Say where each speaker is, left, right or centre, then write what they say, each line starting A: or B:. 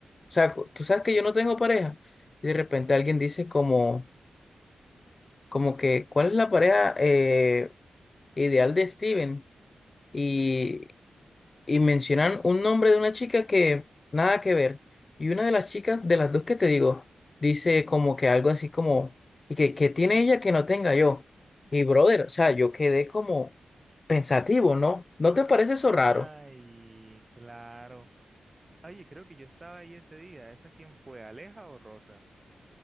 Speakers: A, on the left; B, on the right.
A: O sea, cu- tú sabes que yo no tengo pareja. Y de repente alguien dice como, como que, ¿cuál es la pareja eh, ideal de Steven? Y, y mencionan un nombre de una chica que nada que ver. Y una de las chicas, de las dos que te digo, dice como que algo así como, y que, que tiene ella que no tenga yo. Y brother, o sea, yo quedé como pensativo, ¿no? ¿No te parece eso raro?
B: Ay, claro. Oye, creo que yo estaba ahí ese día. ¿Esa quién fue? ¿Aleja o Rosa?